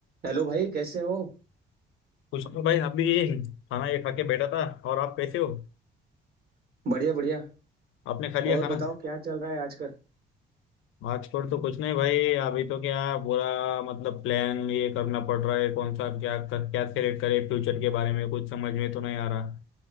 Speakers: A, on the right; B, on the left.
A: Hello भाई कैसे हो
B: कुछ नहीं भाई अभी ये खाना ये खा के बैठा था और आप कैसे हो
A: बढ़िया बढ़िया
B: आपने खा लिया
A: और
B: खाना
A: बताओ क्या चल रहा है आजकल
B: आजकल तो कुछ नहीं भाई अभी तो क्या बुरा मतलब प्लान ये करना पड़ रहा है कौन सा क्या क्या सेलेक्ट करें फ्यूचर के बारे में कुछ समझ में तो नहीं आ रहा